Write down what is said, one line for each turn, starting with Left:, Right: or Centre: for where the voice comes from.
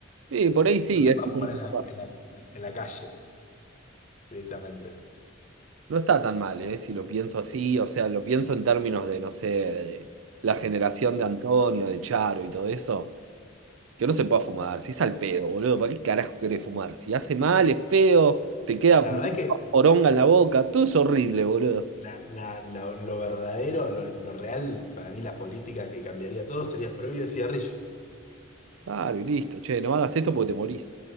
Right: Sí, por ahí sí,
Left: No se
Right: es
Left: puede
Right: un precio
Left: fumar en la,
Right: copado.
Left: en la, en la calle directamente.
Right: No está tan mal, ¿eh? Si lo pienso así, o sea, lo pienso en términos de, no sé, de la generación de Antonio, de Charo y todo eso. Que no se pueda fumar, si es al pedo, boludo. ¿Para qué carajo querés fumar? Si hace mal, es feo, te queda
Left: La verdad que
Right: poronga en la boca, todo es horrible, boludo.
Left: la- la- la- lo verdadero, lo, lo real, para mí la política que cambiaría todo sería prohibir el cigarrillo.
Right: Claro, y listo. Che, no hagas esto porque te morís.